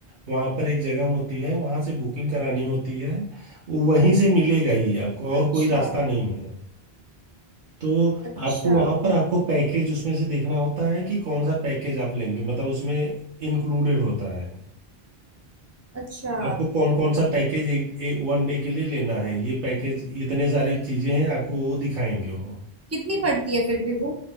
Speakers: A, on the right; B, on the right.
A: वहां पर एक जगह होती है वहां से बुकिंग करानी होती है वहीं से मिलेगा ही आपको और
B: अच्छा
A: कोई रास्ता नहीं है तो
B: अच्छा
A: आपको वहां पर आपको पैकेज उसमें से देखना होता है कि कौन सा पैकेज आप लेंगे मतलब उसमें इंक्लूडेड होता है
B: अच्छा
A: आपको कौन कौन सा पैकेज एक, एक वन डे के लिए लेना है ये पैकेज इतने सारे चीजें हैं आपको वो दिखाएंगे वो
B: कितनी पड़ती है फिर भी वो